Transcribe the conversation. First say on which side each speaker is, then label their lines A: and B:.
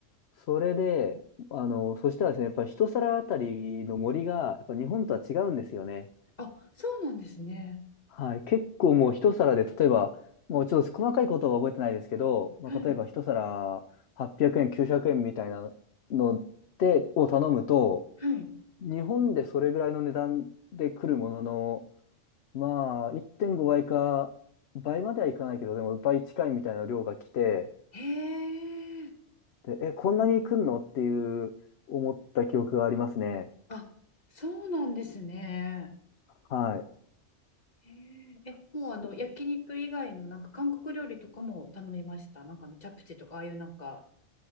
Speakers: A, on the left (about 60°); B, on the left (about 35°).
A: それで、あの、そしたらですね、やっぱり一皿あたりの森が、やっぱ日本とは違うんですよね。
B: あ、そうなんですね。
A: はい。結構もう一皿で、例えば、もうちょっと細かいことは覚えてないですけど、まあ、
B: はい。
A: 例えば一皿800円、900円みたいなので、を頼むと、
B: はい。
A: 日本でそれぐらいの値段で来るものの、まあ、1.5倍か、倍まではいかないけど、でも倍近いみたいな量が来て、
B: へえ。
A: で、え、こんなに来んのっていう思った記憶がありますね。
B: あ、そうなんですね。
A: はい
B: へえ。え、もうあの、
A: そ
B: 焼肉以外のなんか韓国料理とかも頼みました。なんかあの、チャプチェとか、ああいうなんか、